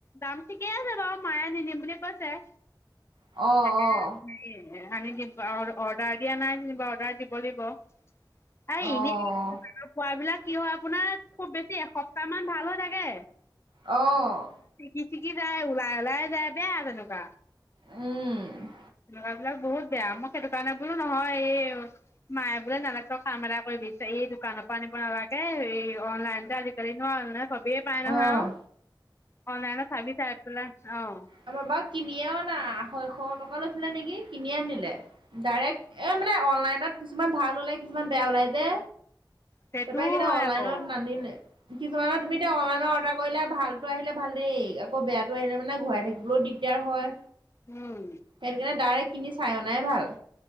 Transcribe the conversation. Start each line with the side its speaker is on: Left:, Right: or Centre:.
Left: দাম ঠিকে আছে বাৰু মায়ে নিনিম বুলি কৈছে।
Right: অ
Left: হেৰি,
Right: অ
Left: আনি দিব, অৰ্ডাৰ দিয়া নাই যেনিবা অৰ্ডাৰ দিব লাগিব। আ
Right: অ',
Left: এনে খোৱা বিলাক কি হয় আপোনাৰ খুব বেছি এসপ্তাহ মান ভাল হৈ থাকে।
Right: অঁ
Left: চিটিকি যায় ওলাই ওলাই যায় বেয়া তেনেকুৱা।
Right: উম।
Left: লৰা বিলাক বহুত বেয়া মোক সেইটো কাৰণে বোলো নহয় এই মায়ে বোলে না কাম এটা কৰিবি এই দোকানৰ পৰা আনিব নালাগে এই অনলাইনতে আজিকালি ন চবেই পাই নহয়
Right: অ',
Left: আৱ অনলাইনত চাবি চাই পেলাই অ
Right: আমা বাও কিনিয়ি অনা আঢ়ৈশ টকা লৈছিলে নেকি কিনি আনিলে ডাইৰেক্ট এ মানে অনলাইনত কিছুমান ভাল ওলাই কিছুমান বেয়া ওলাই যে
Left: সেইটোও
Right: তাপা সেইকাৰনে
Left: হয়
Right: অনলাইনত
Left: আকৌ
Right: নানিলে কিছুমানত তুমি এতিয়া অনলাইন অৰ্ডাৰ কৰিলে ভালটো আহিলে ভালেই আকৌ বেয়াটো আহিলে মানে ঘূৰাই থাকি বলো দিগদাৰ হয়
Left: উম
Right: সেইটো কাৰণে দাইৰেক্ কিনি চাই অনাই ভাল